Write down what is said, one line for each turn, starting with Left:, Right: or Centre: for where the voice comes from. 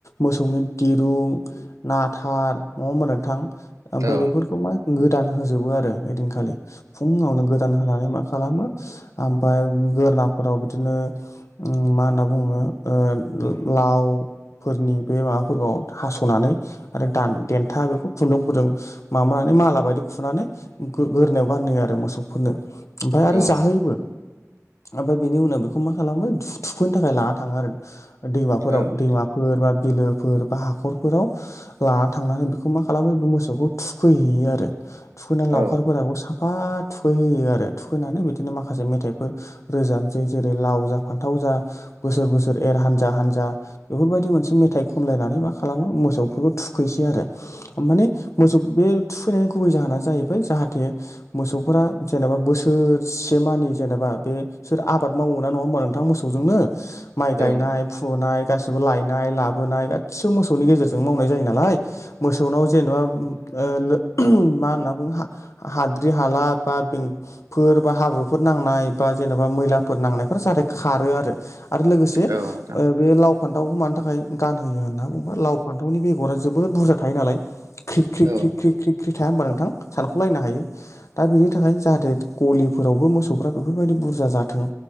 Left: मोसौनि दिरुं नाथार नङा होमबा नोंथां ओमफ्राय
Right: औ
Left: बेफोरखौ मा गोदान होजोबो आरो ओइदिनखालि फुङावनो गोदान होनानै मा खालामो ओमफ्राय गोरनाफोराव बिदिनो मा होनना बुङो ओ लाव फोरनि बे माबाफोरखौ हास'नानै आरो दान देन्था बेखौ खुन्दुंफोरजों माबानानै माला माबायदि खुनानै गोरनायाव गानहोयो आरो मोसौफोरनो ओमफ्राय आरो
Right: नोंथां
Left: जाहोयोबो ओमफ्राय बेनि उनाव बेखौ मा खालामो थुखैनो थाखाय लाना थाङो आरो। दैमाफोराव
Right: औ नोंथां
Left: दैमाफोर बा बिलोफोर बा हाखरफोराव लाना थांनानै बेखौ मा खालामो बे मोसौखौ थुखैहैयो आरो। थुखैनानै लावखारफोराबो
Right: औ
Left: साफा थुखैहोयो आरो थुखैनानै बिदिनो माखासे मेथाइफोर रोजाबसै जेरै लाव जा फान्थाव जा बोसोर बोसोर एर हान्जा हानजा बेफोरबायदि मोनसे मेथाइ खनलायनानै मा खालामो मोसौफोरखौ थुखैसै आरो। माने मोसौ बे थुखैनायनि गुबै जाहोना जाहैबाय जाहाथे। मोसौफोरा जेनेबा बोसोरसे मानि जेनेबा बे सोर आबाद मावो ना नङा होमबा नोंथां मोसौजोंनो माइ
Right: औ
Left: गायनाय
Right: नोंथां
Left: फुनाय गाैबो लायनाय लाबोनाय गासिबो मोसौनि गेजेरजों मावनाय जायो नालाय मोसौनाव जेन'बा <unintelligible> मा होनना बुङो हा- हाद्रि हाला बा बें फोर बा हाब्रुफोर नांनाय बा जेन'बा मैलाफोर नांनायफोरा जाहाथे खारो आरो आरो लोगोसे ओ
Right: औ नोंथां
Left: बे लाव फान्थावखौ मानि थाखाय गानहोयो होनना बुंङोबा लाव फान्थावनि बेगरा जोबोद बुरजा थायो नालाय ख्रि ख्रि
Right: औ
Left: ख्रि
Right: नोंथां
Left: ख्रि ख्रि ख्रि थाया होमबा नोंथां सानख'लायनो हायै दा बेनि थाखाय जाहाथे गलिफोरावबो मोसौफ्रा बेफोरबायदि बुरजा जाथों